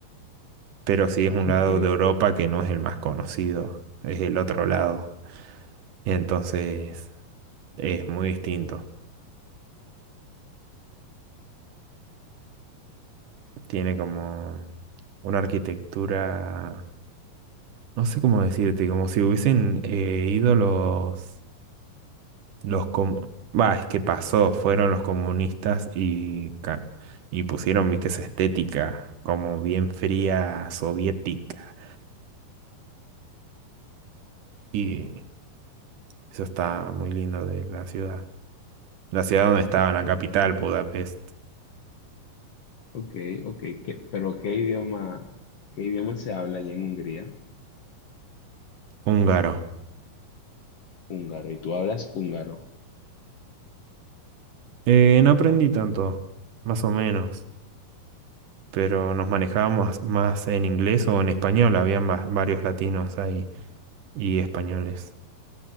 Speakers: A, on the right; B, on the left.
A: pero sí es un
B: Ok,
A: lado de Europa que no es el más conocido, es el otro lado. Entonces es muy distinto. Tiene como una arquitectura, no sé cómo decirte, como si hubiesen eh, ido los Los com- bah, es que pasó, fueron los comunistas y, ca- y pusieron, viste, esa estética como bien fría soviética. Y eso está muy lindo de la ciudad. La ciudad donde estaba,
B: ok,
A: la capital, Budapest,
B: ok, ok. ¿Qué- pero ¿qué idioma, qué idioma se habla allá en Hungría?
A: húngaro.
B: Húngaro, y tú hablas húngaro.
A: Eh, no aprendí tanto, más o menos, pero nos manejábamos más en inglés o en español. Habían va- varios latinos ahí y españoles.